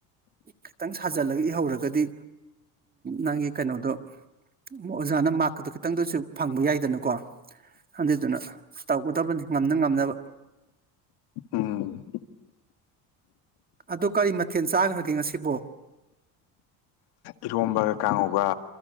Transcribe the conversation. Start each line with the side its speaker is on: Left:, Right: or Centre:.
Right: ꯈꯤꯇꯪ ꯁꯥꯖꯤꯜꯂꯒ ꯏꯍꯧꯔꯒꯗꯤ ꯅꯪꯒꯤ ꯀꯩꯅꯣꯗꯣ ꯑꯣꯖꯥꯅ ꯈꯤꯇꯪꯗꯁꯨ ꯐꯪꯕ ꯌꯥꯏꯗꯅꯀꯣ ꯑꯗꯨꯗꯨꯅ ꯇꯧꯒꯗꯕꯅꯤ ꯉꯝꯅ ꯉꯝꯅꯕ
Left: ꯎꯝ
Right: ꯑꯗꯨ ꯀꯔꯤ ꯃꯊꯦꯜ ꯆꯥꯈ꯭ꯔꯒꯦ ꯉꯁꯤꯕꯣ
Left: ꯏꯔꯣꯝꯕꯒ ꯀꯥꯡꯉꯧꯒ